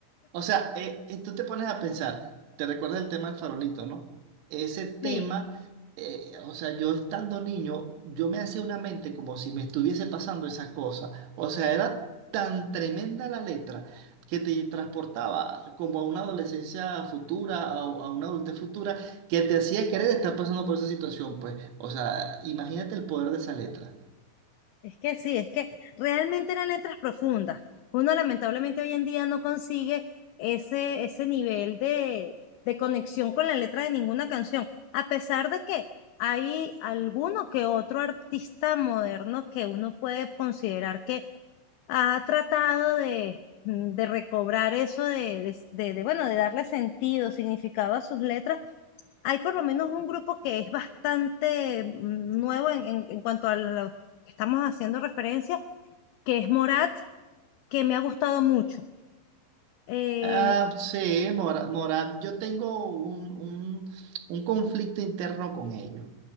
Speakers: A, on the right; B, on the left.
A: O sea, eh, eh, tú te pones a pensar, te recuerda el tema del farolito, ¿no? Ese
B: <laughs>
A: tema,
B: Sí.
A: eh, o sea, yo estando niño, yo me hacía una mente como si me estuviese pasando esas cosas. O sea, era tan tremenda la letra que te transportaba como a una adolescencia futura, a, a una adultez futura, que te hacía querer estar pasando por esa situación, pues. O sea, imagínate el poder de esa letra.
B: Es que sí, es que realmente eran letras profundas. Uno lamentablemente hoy en día no consigue ese, ese nivel de, de conexión con la letra de ninguna canción, a pesar de que hay alguno que otro artista moderno que uno puede considerar que ha tratado de, de recobrar eso de, de, de, de, bueno, de darle sentido, significado a sus letras hay por lo menos un grupo que es bastante mm, nuevo en, en- en cuanto a lo que estamos haciendo referencia, que es Morat, que me ha gustado mucho. Eh,
A: Ah, sí, Mora- Morat, yo tengo un, un- un conflicto interno con ellos.